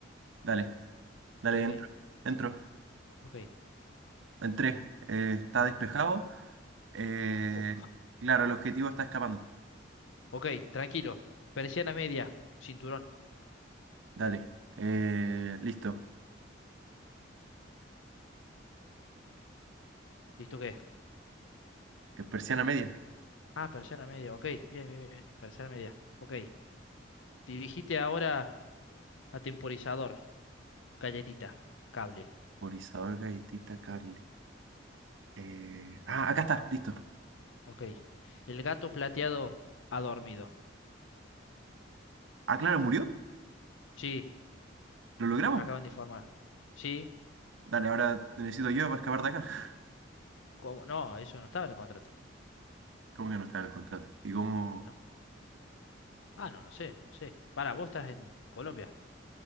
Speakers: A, on the right; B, on the left.
A: Dale, dale,
B: ok,
A: entro. Entro.
B: ok.
A: Entré. Eh, está despejado. Eh,
B: Co-
A: claro, el objetivo está escapando.
B: Ok, tranquilo. Persiana media, cinturón.
A: Dale, eh, listo.
B: ¿Listo qué?
A: Eh, Persiana media.
B: Ah, persiana media, ok. Bien, bien, bien. Persiana media, ok. Dirigite ahora a temporizador, galletita, cable.
A: Por Isadora Gaitita Cable. Eh, ah, acá está, listo.
B: Ok. El gato plateado ha dormido.
A: Ah, claro, murió.
B: Sí,
A: ¿Lo logramos?
B: me acaban de informar. Sí,
A: Dale, ahora te necesito yo para escapar de acá.
B: ¿cómo? No, eso no estaba en el contrato.
A: <laughs> ¿Cómo que no está en el contrato? ¿Y cómo?
B: No. Ah, no, no sé, sí. Para, vos estás en Colombia.